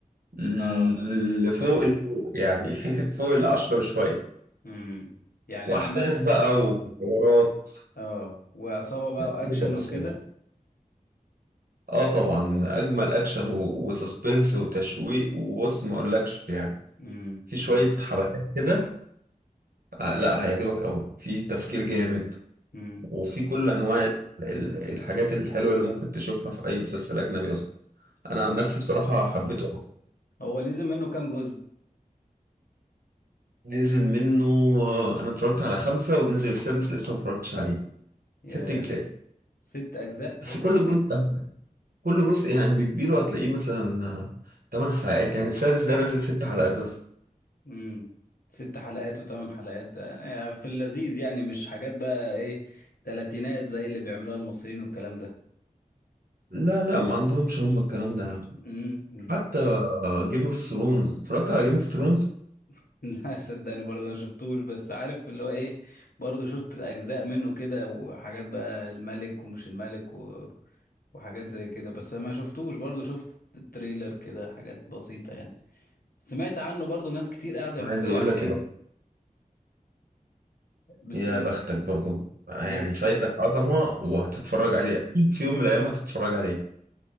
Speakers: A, on the right; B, on the left.
A: ل-
B: اه
A: لفوق الفوق يعني <laughs> فوق العشرة بشوية
B: امم يعني
A: واحداث
B: عمل
A: بقى وحوارات
B: اه وعصابة بقى
A: هتعجبك
B: واكشن
A: بصراحه
B: وكده
A: اه طبعا اجمل اكشن و- وسسبنس وتشويق وبص ما اقولكش يعني
B: امم
A: في شويه
B: امم
A: حبكات كده آه، لا هيعجبك قوي في تفكير جامد
B: امم
A: وفي كل انواع ال- ال- الحاجات الحلوه اللي ممكن تشوفها في اي مسلسل اجنبي اصلا انا
B: امم
A: عن نفسي بصراحه حبيته أوي.
B: هو نزل منه كام جزء
A: نزل منه آه، انا اتفرجت على خمسه ونزل السادس لسه ما اتفرجتش عليه
B: يا
A: ست اجزاء
B: ست اجزاء
A: بس كل جزء كل جزء يعني بكبيره هتلاقيه مثلا 8 حلقات يعني السادس ده نازل 6 حلقات بس
B: امم ست حلقات وثمان حلقات يعني في اللذيذ يعني مش حاجات بقى ايه تلاتينات زي اللي بيعملوها المصريين والكلام ده
A: لا لا ما عندهمش هم الكلام ده يعني.
B: امم
A: حتى جيم اوف ثرونز اتفرجت على جيم اوف ثرونز
B: <laughs> لا صدقني برضه انا شفتوش بس عارف اللي هو ايه برضه شفت اجزاء منه كده وحاجات بقى الملك ومش الملك و... وحاجات زي كده بس ما شفتوش برضه شفت التريلر كده حاجات بسيطة يعني سمعت عنه برضه ناس كتير قاعدة يحكوا
A: عايز اقول
B: لي عليه
A: لك إنه
B: بتقول
A: يا بختك
B: إيه؟
A: برضو يعني
B: ليه
A: فايتك عظمة وهتتفرج عليه اكيد في يوم من الايام هتتفرج عليه